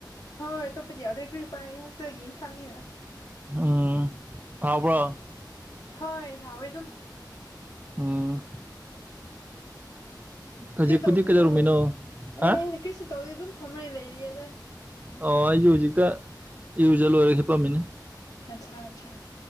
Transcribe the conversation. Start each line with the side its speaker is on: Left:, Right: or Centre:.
Left: ꯍꯣꯏ ꯑꯇꯣꯞꯄꯗꯤ ꯌꯥꯎꯗ꯭ꯔꯦ ꯀ꯭ꯔꯤ ꯎꯄꯥꯏ ꯍꯣꯁꯇꯦꯜꯒꯤ ꯌꯦꯟꯁꯥꯡꯅꯤ
Right: ꯎꯝ ꯍꯥꯎꯕꯔ‌ꯣ
Left: ꯍꯣꯏ ꯍꯥꯎꯋꯦꯗꯨꯝ
Right: ꯎꯝ ꯍꯧꯖꯤꯛꯄꯨꯗꯤ
Left: ꯀꯔꯤ ꯇꯣꯕꯅꯣ
Right: ꯀꯩꯗꯧꯔꯝꯃꯤꯅꯣ
Left: ꯑꯦ
Right: ꯍꯥ
Left: ꯀꯔꯤꯁꯨ ꯇꯧꯗꯦ ꯑꯗꯨꯝ ꯐꯝꯃꯒ ꯂꯩꯔꯤꯌꯦꯗ
Right: ꯑꯣ ꯑꯩꯖꯨ ꯍꯧꯖꯤꯛꯇ ꯏꯔꯖ ꯂꯣꯏꯔꯒ ꯍꯤꯞꯄꯝꯃꯤꯅꯦ
Left: ꯑꯠꯁꯥ ꯑꯠꯁꯥ